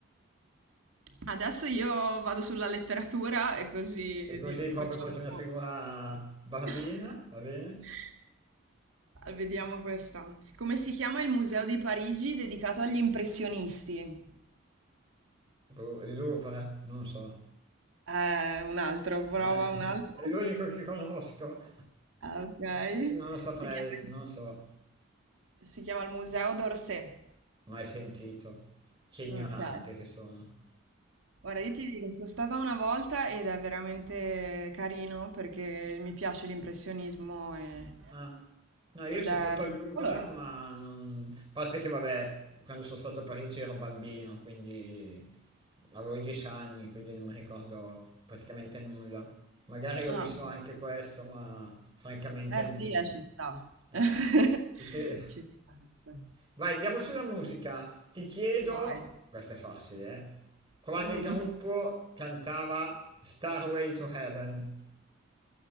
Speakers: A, on the right; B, on the right.
A: Adesso io vado sulla letteratura e così
B: E così
A: di-
B: proprio
A: facciamo
B: ho fatto una
A: un po'.
B: figura barbina,
A: <laughs>
B: va bene?
A: Vediamo questa. Come si chiama il museo di Parigi dedicato agli impressionisti?
B: Boh, Il Louvre, non so.
A: Eh, un altro, prova
B: Eh,
A: un altro.
B: <laughs> è l'unico che conosco,
A: Ah, ok.
B: non lo saprei,
A: Si chiama,
B: non lo so.
A: si chiama il Museo d'Orsay.
B: Mai sentito. Che ignorante
A: Ok.
B: che sono.
A: Ora, io ti dico, sono stata una volta ed è veramente carino perché mi piace l'impressionismo e-
B: Ah. No, io
A: ed
B: sono
A: è
B: stato
A: molto
B: al Louvre,
A: colorato.
B: ma non... A parte che, vabbè, quando sono stato a Parigi ero bambino, quindi avevo dieci anni, quindi non mi ricordo praticamente nulla. Magari
A: Ah,
B: ho visto
A: mo-
B: anche questo, ma francamente
A: eh
B: non...
A: sì, eh, ci sta.
B: Eh,
A: <laughs>
B: se-
A: Ci sta. ci sta.
B: Vai, andiamo sulla musica. Ti chiedo,
A: Vai.
B: questo è facile, eh? Quale
A: Mm.
B: gruppo cantava Starway to Heaven?